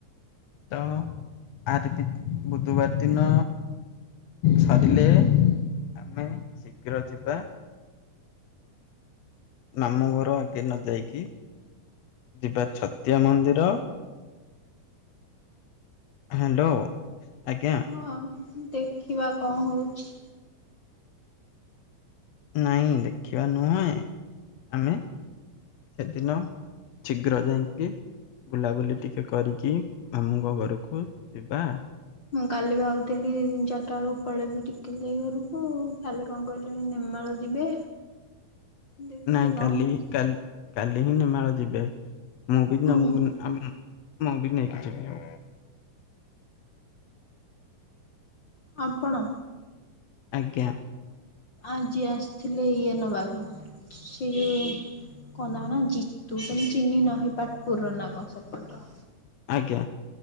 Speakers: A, on the left (about 65°); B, on the left (about 45°).
A: ତ ଆର ଭିତ ବୁଧବାର ଦିନ ସରିଲେ ଆମେ ଶୀଘ୍ର ଯିବା। ମାମୁଁ ଘର ଆଗେ ନ ଯାଇକି, ଯିବା ଛତିଆ ମନ୍ଦିର। ହ୍ୟାଲୋ ଆଜ୍ଞା।
B: ହଁ ଦେଖିବା କଣ ହଉଛି?
A: ନାଇଁ ଦେଖିବା ନୁହେଁ, ଆମେ ସେଦିନ ଶୀଘ୍ର ଯାଇଁକି ବୁଲାବୁଲି ଟିକେ କରିକି, ମାମୁଁଙ୍କ ଘରକୁ ଯିବା।
B: ମୁଁ କାଲି ଭାବୁଥିଲି, ଚାରିଟା ବେଳକୁ ପଳେଇବି ଟିକିଲି ଦେଇ ଘରକୁ। କାଲି କଣ କହିଲେଣି ନେମାଳ ଯିବେ। ଦେଖେ
A: ନାଇଁ
B: କଣ
A: କାଲି
B: ହଉଛି
A: କାଲି କାଲି ହିଁ ନେମାଳ ଯିବେ। ମୁଁ ବି ନମକୁ
B: ହଁ।
A: ଆମ୍ ମୁଁ ବି ନେଇକି ଯିବି।
B: ଆପଣ
A: ଆଜ୍ଞା।
B: ଆଜି ଆସିଥିଲି ଇଏ ନବାକୁୁ, ସେ ଯୋଉ କଣ ତାଙ୍କ ନାଁ ଜିତୁ, ତମେ ଚିହ୍ନିନ ହେ ପାଟପୁର ନା କଣ ସେପଟର
A: ଆଜ୍ଞା।